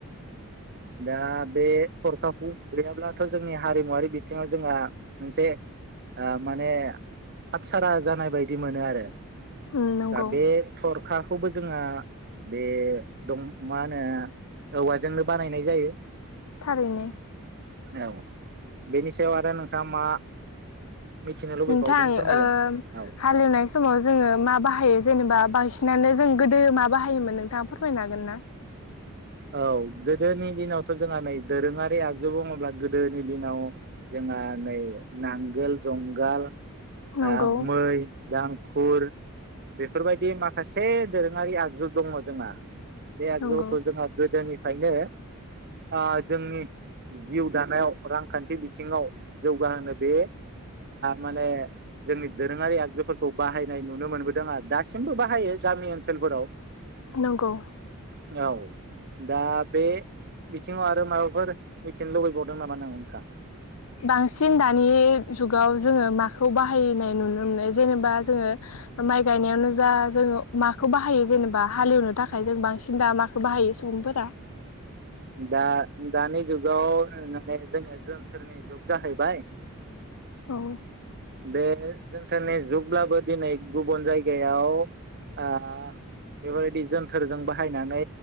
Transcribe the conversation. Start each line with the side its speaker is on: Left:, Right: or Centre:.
Right: दा बे थरखाखौ गैयाब्लाथ' जोंनि हारिमुवारि बिथिङाव जोंहा मोनसे ओ माने हाबसारा जानाय बायदि मोनो आरो
Left: उम नंगौ
Right: दा बे थरखाखौबो जोङा बे दं मा होनो औवाजोंनो बानायनाय जायो
Left: थारैनो
Right: औ बेनि सायाव आरो नोंथाङा मा? मिथिनो लुबैबावदों
Left: नोंथां
Right: फोरमायजागोन
Left: ओ‌
Right: औ
Left: हालेवनाय समाव जोङो मा बाहायो जेनेबा? बांसिनानो जों गोदो मा बाहायोमोन नोंथाङा फोरमायनो हागोन ना?
Right: औ गोदोनि दिनावथ' जोंहा नै दोरोङारि आगजु बुङोब्ला गोदोनि दिनाव जोंहा नै नांगोल जुंगाल
Left: नंगौ
Right: ओ मै दां गुर बेफोरबायदि माखासे दोरोङारि आगजु दङ जोंहा। बे आगजुफोरखौ‌
Left: नंगौ
Right: जोङो गोदोनिफ्रायनो ओ जोंनि जिउ दानायाव रांखान्थि बिथिङाव जौगाहोनो बे माने जोंनि दोरोङारि आगजुफोरखौ बाहायनाय नुनो मोनबोदों आरो दासिमबो बाहायो गामि ओनसोलफोराव
Left: नंगौ।
Right: औ दा बे बिथिङाव आरो माबाफोर मिथिनो लुबैबावदों नामा नोंङो नोंथांङा?
Left: बांसिन दानि जुगाव जोङो माखौ बाहायनाय नुनो मोनो जेनेबा जोङो माइ गायनायावनो जा जोङो माखौ बाहायो जेनेबा हालेवनो थाखाय जों बांसिन दा माखौ बाहायो सुबुंफोरा?
Right: दा दानि जुगाव माने जोंनिया जोन्थोरनि जुग जाहैबाय।
Left: औ।
Right: बे जोनथोरनि जुगब्लाबो दिनै गुबुन जायगायाव ओ बेफोरबायदि जोनथोरजों बाहायनानै